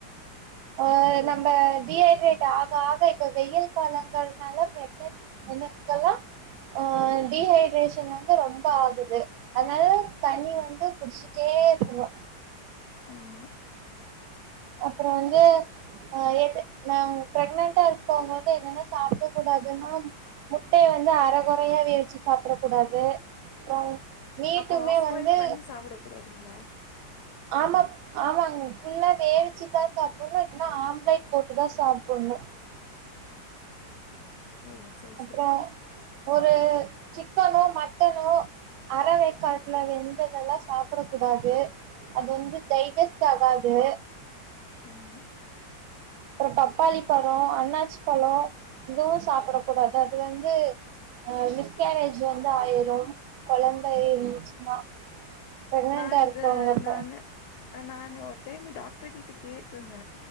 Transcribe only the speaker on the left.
ஓ!
ஆமா
அப்ப ஆஃப்பாயில்
பண்ணி சாப்பட கூடாதுங்களா
ஓ! சரி,
சரி.
ஆமா
நா இத
நானு நானு ஒரு டைம் டாக்டர் கிட்ட கேட்டிருந்த